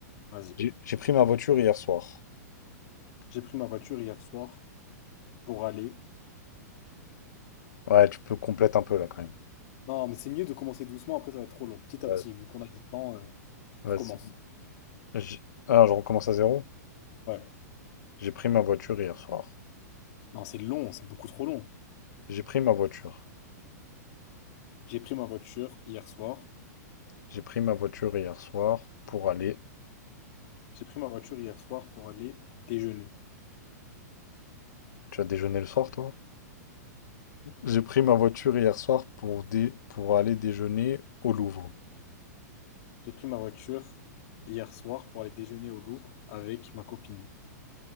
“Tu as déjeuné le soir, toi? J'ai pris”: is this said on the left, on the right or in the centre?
Left